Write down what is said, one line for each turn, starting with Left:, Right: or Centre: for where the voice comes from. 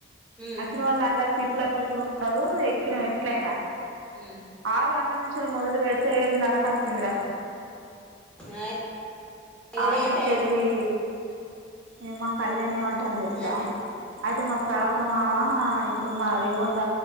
Centre: ఉమ్
Right: వచ్చిన వాళ్ళ అలా పీకులా పీకులు ఉన్నారు ఎక్కిన ఎట్లయినా
Centre: ఉమ్
Right: ఆరు గంటల నుంచి మొదలు పెడు ఏడు నరకు హచ్చింద్ర
Centre: ఆ ఇగ
Right: అనుంచెల్లి
Centre: లేట్ అయింది
Right: ఏ మా కళ్యాణ ఏమంటాఅంది తెలుసా
Centre: అన్నే
Right: అయితే మా ప్రాక్రమా ఇప్పుడు మా రేగుొంండ